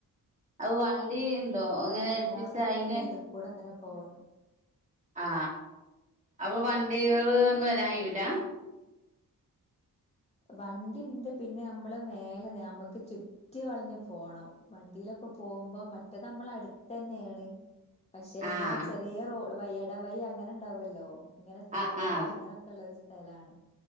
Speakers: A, on the right; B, on the left.
A: അപ്പൊ വണ്ടി
B: അങ്ങനെ
A: ഇണ്ടോ
B: ഒരു
A: അങ്ങനെ
B: ആരുല്ലാത്തൊക്കെ
A: ഏൽപ്പിച്ച അയിന്
B: ഒരു ഇത് കൂടെ അങ്ങനെ പോണം
A: ആ അപ്പൊ വണ്ടികള് ഒന്നും വരാൻ കഴിയൂല
B: വണ്ടി ഇണ്ട് പിന്നെ നമ്മള് മേലെ നമ്മുക്ക് ചുറ്റി വളഞ്ഞു പോണം വണ്ടിയിലൊക്കെ പോവുമ്പോ മറ്റേത് നമ്മള അടുത്ത തന്നെയാണ് പക്ഷെ
A: ആഹ്
B: ഇങ്ങനെ ചെറിയ റോ വഴി ഇടവഴി അങ്ങനെ ഉണ്ടാവല്ലോ ഇങ്ങനെ തോട്
A: ആഹ് ആഹ്
B: അങ്ങനെയൊക്കെ ഉള്ളരു സ്ഥ സ്ഥലാണ്